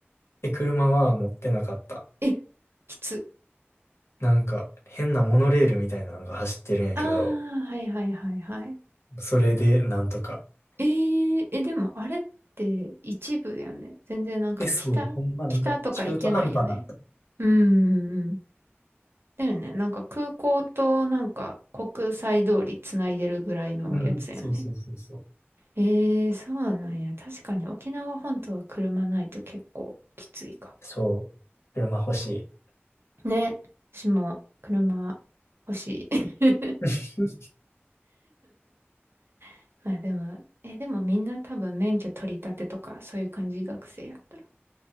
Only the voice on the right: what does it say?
え、きつ。
ああ、はいはいはいはい。
えー、え、でもあれって一部やね。全然なんか北、
北とか行けないよね。
うんうんうん。だよね。なんか空港となんか国際通りつないでるぐらいのやつやんね。
えー、そうなんや。確かに沖縄本島は車ないと結構きついか
も。ね。私も車欲しい。
<laughs> あ、でも、え、でもみんな多分免許取り立てとかそういう感じ学生やったら。